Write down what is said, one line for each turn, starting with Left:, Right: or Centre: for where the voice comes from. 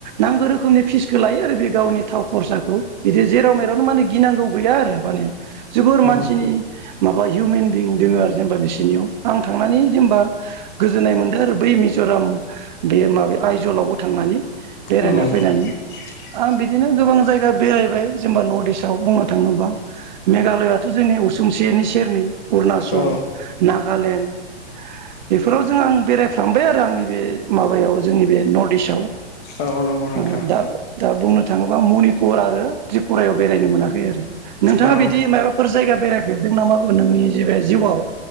Right: नांगौ रोखोमनि फिसखौ लायो आरो बे गावनि थाव खरसाखौ बिदि जेराव मेरावनो माने गिनांगौ <unintelligible> आरो मानि जोबोर मानसिनि
Left: औ
Right: माबा हिउमेन बिं दोङो आरो जेनेबा बिसोरनियाव आं थांनानै जेनेबा गोजोन्नाय मोनदो आरो बै मिज'राम बे माब आइजलावबो थांनानै
Left: औ
Right: बेरायना फैनानै आं बिदिनो गोबां जायगा बेरायबाय जेनबा नर्थ इस्टव बुङो थाङोबा मेघालयाथ' जोंनि उसुंसे निस केेरनि अरुणाचल
Left: औ
Right: ना गालेण्ड बेफोराव जों आं बेरायफ्राबाय आरो आंनि बे माबायाव जोंनि बे नर्थ इस्टआव
Left: औ नंगौ नोंथां।
Right: दा दा बुंनो थाङोबा मनिपुर आरो त्रिपुरायाव बेरायनो मोनाखै आरो नोंथाङा
Left: औ
Right: बिदि मायबाफोर जायगा बेराय बेेरदों नामावो नोंनि जे बे जिउआव